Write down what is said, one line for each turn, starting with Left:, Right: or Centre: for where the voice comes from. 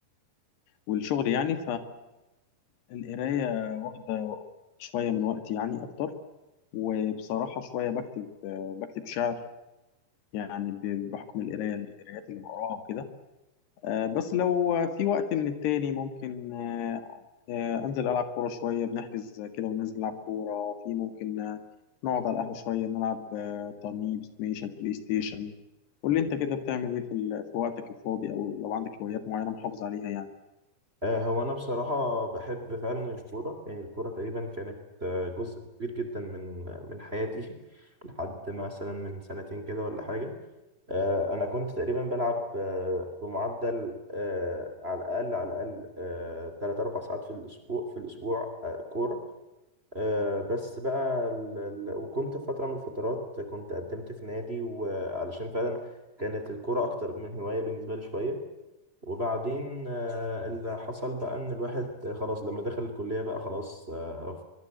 Left: والشغل يعني فالقرايه واخده شويه من وقتي يعني اكتر وبصراحه شويه بكتب آه، بكتب شعر يعني ب- بحكم القراية القرايات اللي بقراها وكده آه، بس لو في وقت من التاني ممكن آه، آه، أنزل ألعب كورة شوية بنحجز كده وننزل نلعب كورة في ممكن آه، نقعد على القهوة شوية نلعب آه، ترنيب ستيشن بلاي ستيشن قول لي أنت كده بتعمل إيه في ال- في وقتك الفاضي أو لو عندك هوايات معينة محافظ عليها يعني
Right: آه هو انا بصراحة بحب فعلا الكورة يعني الكورة تقريبا كانت آه، جزء كبير جدا من من حياتي <laughs> لحد مثلا من سنتين كده ولا حاجة آه انا كنت تقريبا بلعب آه بمعدل آه على الاقل على الاقل آه 3 4 ساعات في الاسبوع في الاسبوع آه كورة آه، بس بقى ال... ال- وكنت في فترة من الفترات كنت قدمت في نادي وعلشان فعلا كانت الكرة أكتر من هواية بالنسبة لي شوية وبعدين آه، اللي حصل بقى إن الواحد خلاص لما دخل الكلية بقى خلاص آه،